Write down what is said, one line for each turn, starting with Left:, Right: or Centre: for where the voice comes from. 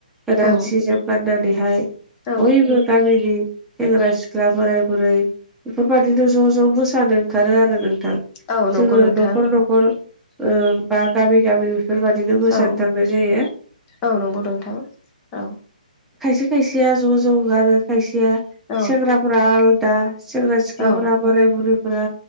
Centre: गोदान
Left: औ
Centre: सि जोम गाननानैहाय
Left: औ
Centre: बयबो गामि नि सेंग्रा सिख्ला बोराय बुरै बेफोरबायाददिनो ज' ज' मोसानो ओंखारो आरो नों थां
Left: औ नंगौ
Centre: जोङो
Left: नोंथां
Centre: न'खर न'खर बा गामि गामि बेफोरबादिनो मोसानो
Left: औ
Centre: थांनाय जायो
Left: औ नंगौ नोंथां औ
Centre: खायसे खायसेया ज' ज' ओंखारो खायसेया
Left: औ
Centre: सेंग्राफोरा आलदा सेंग्रा सिख्लाफोरा
Left: औ
Centre: बोराय बुरैफोरा